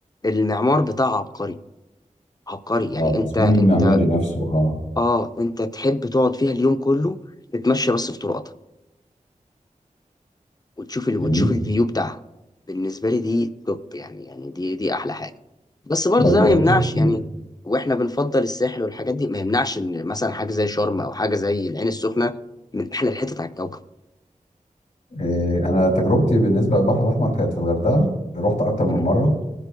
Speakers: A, on the left (about 30°); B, on the left (about 75°).
A: المعمار بتاعها عبقري عبقري يعني
B: اه التصميم
A: انت انت
B: المعماري نفسه اه
A: اه انت تحب تقعد فيها اليوم كله تتمشى بس في طرقاتها وتشوف ال... وتشوف
B: جميل
A: الفيو بتاعها بالنسبه لي دي توب يعني يعني دي دي احلى حاجه بس برضه
B: لا دي
A: ده ما يمنعش
B: اكيد
A: يعني واحنا بنفضل الساحل والحاجات دي ما يمنعش ان مثلا حاجه زي شرم او حاجه زي العين السخنه من احلى الحتت على الكوكب
B: آه، انا تجربتي بالنسبه للبحر الاحمر كانت في الغردقه رحت اكتر من
A: م-
B: مره